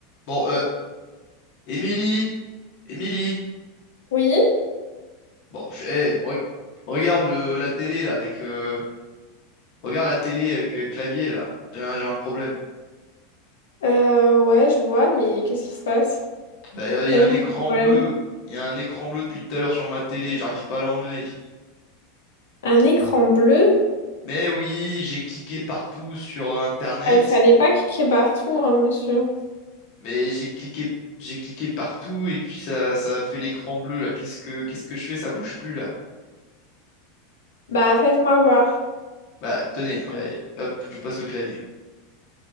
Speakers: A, on the left; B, on the left.
A: Bon, euh, Émilie, Émilie,
B: Oui,
A: bon, je- eh, re- regarde le- la télé là avec, euh, regarde la télé avec euh, clavier là. J'ai un, j'ai un problème.
B: euh, ouais, je vois, mais qu'est-ce qui se passe?
A: Bah, euh, il
B: Quel
A: y a un
B: genre
A: écran
B: de problème?
A: bleu, il y a un écran bleu depuis tout à l'heure sur ma télé, j'arrive pas à l'enlever.
B: Un écran bleu?
A: Mais oui, j'ai cliqué partout sur euh, Internet,
B: Ah, il fallait pas cliquer partout, hein, monsieur.
A: mais j'ai cliqué, j'ai cliqué partout et puis ça, ça a fait l'écran bleu là. Qu'est-ce que, qu'est-ce que je fais? Ça bouge plus là.
B: Bah, faites-moi voir.
A: Bah, tenez, regardez, hop, je vous passe le clavier.